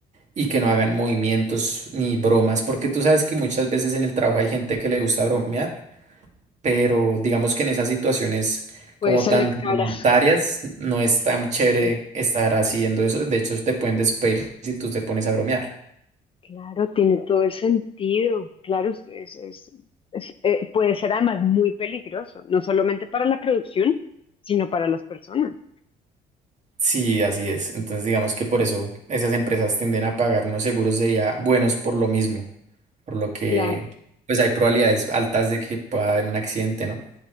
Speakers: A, on the right; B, on the left.
A: y que no hagan movimientos ni bromas, porque tú sabes que muchas veces en el trabajo hay gente que le gusta bromear, pero digamos que en esas situaciones
B: Puede
A: como
B: salir
A: tan rudimentarias
B: cara.
A: no es tan chévere
B: <laughs>
A: estar haciendo eso, de hecho te pueden despedir si tú te pones a bromear.
B: Claro, tiene todo el sentido. Claro, es, es- es- es- eh, puede ser además muy peligroso, no solamente para la producción, sino para las personas.
A: Sí, así es. Entonces digamos que por eso esas empresas tienden a pagar unos seguros de vida buenos por lo mismo, por lo que
B: Claro.
A: pues hay probabilidades altas de que pueda haber un accidente, ¿no?